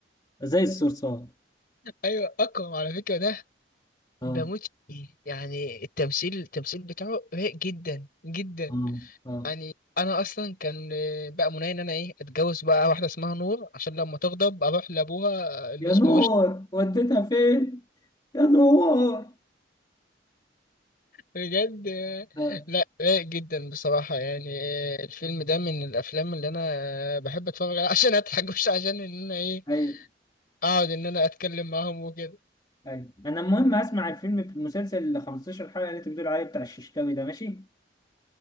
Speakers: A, on the left; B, on the left.
A: <laughs> زي الصرصار
B: <laughs> ايوه اكرم على فكره ده
A: اه
B: بموت فيه يعني التمثيل التمثيل بتاعه رايق جدا جدا
A: اه اه
B: يعني انا اصلا كان بقى مناي ان انا ايه اتجوز بقى واحده اسمها نور عشان لما تغضب اروح لابوها اللي
A: يا
B: اسمه
A: نور
B: رشدي
A: وديتها فين يا نور اه
B: بجد
A: آه.
B: لا رايق جدا بصراحه يعني الفيلم ده من الافلام اللي انا بحب اتفرج عليها عشان اضحك مش عشان ان انا ايه
A: ايوه
B: اقعد ان انا اتكلم معاهم وكده
A: ايوه انا المهم هسمع الفيلم المسلسل ال 15 حلقه اللي انت بتقول عليه بتاع الششتاوي ده ماشي